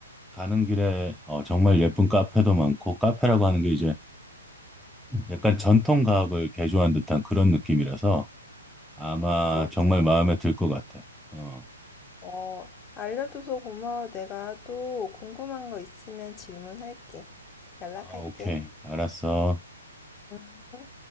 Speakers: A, in the centre; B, on the left.
A: 가는 길에 어, 정말 예쁜 카페도 많고 카페라고 하는 게 이제 약간 전통 과학을 개조한 듯한 그런 느낌이라서 아마
B: 그렇군.
A: 정말 마음에 들 것 같아. 어.
B: 어, 알려줘서 고마워. 내가 또 궁금한 거 있으면 질문할게. 연락할게.
A: 아, 오케이. 알았어.
B: 음.